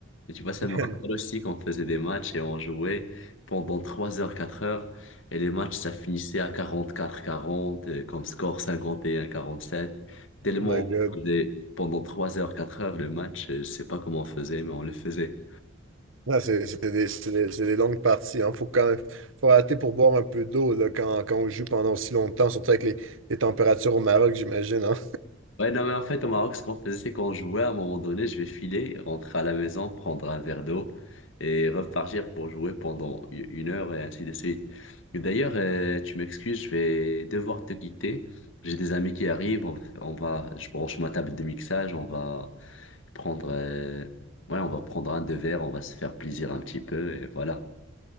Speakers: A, on the left; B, on the right.
A: Et tu vois, ça
B: <laughs>
A: me rappelle aussi qu'on faisait des matchs et on jouait pendant 3 heures, 4 heures, et les matchs, ça finissait à 44-40, euh, comme score cinquante et un quarante sept Tellement
B: Oh my God.
A: faisait pendant 3 heures, 4 heures le match. euh, Je sais pas comment on faisait, mais on le faisait.
B: Ouais, c'est c'est des, c'est des- c'est des longues parties. Hein. Faut quand même, faut arrêter pour boire un peu d'eau là, quand, quand on joue pendant aussi longtemps, surtout avec les, les températures au Maroc, j'imagine. hein.
A: Ouais, non, mais en fait, au Maroc, ce qu'on faisait, c'est qu'on jouait à un moment donné, je vais filer, rentrer à la maison, prendre un verre d'eau et repartir pour jouer pendant u- une heure et ainsi de suite. Et D'ailleurs, euh, tu m'excuses, je vais devoir te quitter. J'ai des amis qui arrivent, on, on va, je branche ma table de mixage, on va prendre, euh, ouais, on va prendre un deux verres, on va se faire plaisir un petit peu et voilà.